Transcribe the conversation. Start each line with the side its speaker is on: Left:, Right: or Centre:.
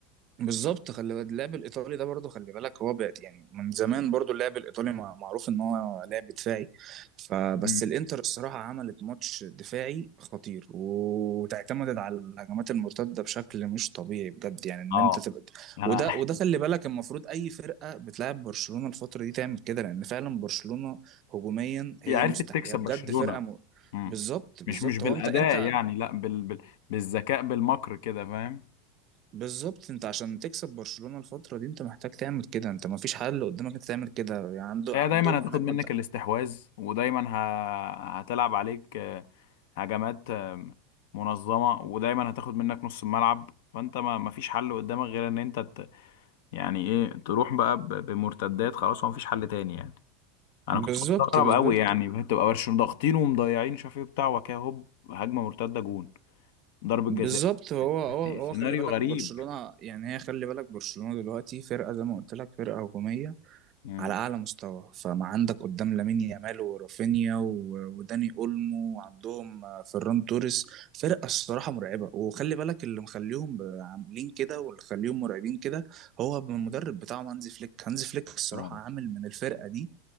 Right: بالظبط خلي بالك اللعب الايطالي ده برضه خلي بالك هو بقى يعني من زمان برضه اللعب الايطالي مع- معروف ان هو لعب دفاعي فبس
Left: مم.
Right: الانتر الصراحه عملت ماتش دفاعي خطير وتعتمدت على الهجمات المرتده بشكل مش طبيعي بجد يعني ان
Left: اه
Right: انت تبقى
Left: انا
Right: وده وده خلي بالك المفروض اي فرقه بتلعب برشلونه الفتره دي تعمل كده لان فعلا برشلونه هجوميا
Left: <laughs>
Right: هي
Left: هي عرفت
Right: مستحيل
Left: تكسب
Right: هي بجد
Left: برشلونة
Right: فرقه م...
Left: مم.
Right: بالظبط بالظبط
Left: مش مش بالاداء
Right: هو انت انت
Left: يعني لا بال... بال... بالذكاء بالمكر كده فاهم
Right: بالظبط انت عشان تكسب برشلونة الفترة دي انت محتاج تعمل كده انت ما فيش حل قدامك انت تعمل كده يعني عنده
Left: هي
Right: عندهم
Left: دايما هتاخد
Right: هناك
Left: منك
Right: قد-
Left: الاستحواذ ودايما ه... هتلعب عليك آه، هجمات آه، منظمة ودايما هتاخد منك نص الملعب فانت ما مفيش حل قدامك غير ان انت ت... يعني ايه تروح بقى ب... بمرتدات خلاص هو مفيش حل تاني يعني انا
Right: بالظبط
Left: كنت مستغرب
Right: بالظبط
Left: قوي يعني بتبقى برشلونة ضاغطين ومضيعين مش عارف ايه بتاع وكده هوب هجمة مرتدة جون ضربة
Right: بالظبط
Left: جزاء
Right: هو هو هو
Left: سيناريو
Right: خلي بالك
Left: غريب
Right: برشلونة يعني هي خلي بالك برشلونة دلوقتي فرقة زي ما قلت لك فرقة هجومية
Left: مم.
Right: على اعلى مستوى فما عندك قدام لامين يامال ورافينيا و- وداني اولمو وعندهم آه، فيران توريس فرقه الصراحه مرعبه وخلي بالك اللي مخليهم ب- عاملين كده واللي مخليهم مرعبين كده هو المدرب بتاعهم هانزي فليك هانزي فليك الصراحه
Left: اه
Right: عامل من الفرقه دي